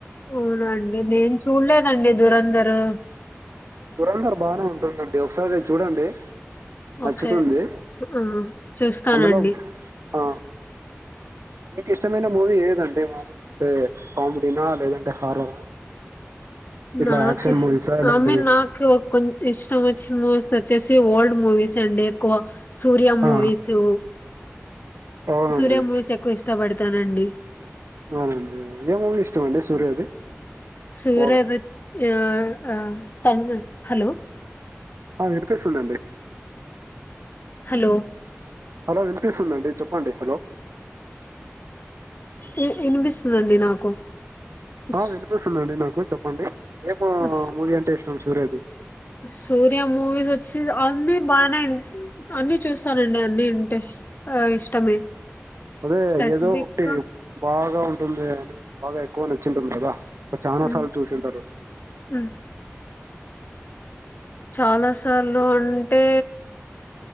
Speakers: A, on the left; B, on the right.
A: అవునండి నేను చూడలే అండి దురేందరూ
B: దురంధర్ బాగానే ఉంటుంది. ఒకసారి చూడండి నచ్చుతుంది.
A: ఓకే ఆ! చూస్తానండి.
B: అందులో ఆ నీకు ఇష్టమైన మూవీ ఏదండి. మామూలు అంటే కామెడీనా లేదంటే హారరా. ఇట్లా
A: నాకు
B: యాక్షన్
A: ఇష్ట
B: మూవీసా ఇలాంటివి
A: ఐ మీన్ నాకు కొంచ ఇష్టం. మూస్ వచ్చేసి ఓల్డ్ మూవీస్ అండ్ ఎక్కవ సూర్య మూవీసు.
B: ఆ అవునండి
A: సూర్య మూవీస్ ఎక్కువ ఇష్టపడత స్తానండి.
B: అవునండి ఏ మూవీ ఇష్టం అండి. సూర్యది
A: సూర్యది
B: బాగా
A: ఆ ఆ సైలెంట్ల ఉండు. హలో
B: ఆ వినిపిస్తుందండి.
A: హలో
B: హలో వినిపిస్తుందండి. చెప్పండి హలో
A: ఇన్ వినిపిస్తుందండి నాకు
B: ఆ
A: స్
B: వినిపిస్తుందండి నాకు చెప్పండి. ఏమో
A: స్
B: మూవీ అంటే ఇష్టం. సూర్య ది
A: సూర్య మూవీస్ వచ్చి అన్ని బానే అన్ని చూస్తానండి. అన్ని ఇంటెస్ ఇష్టమే
B: అదే
A: స్పెసిఫిక్
B: ఏదో ఒకటి
A: గా
B: బాగా ఉ తుందే అ బాగా ఎక్కువ నచ్చింటుంది కదా చానా
A: ఉమ్,
B: సార్లు చూసింటారు.
A: ఉమ్, చాలా సార్లు అంటే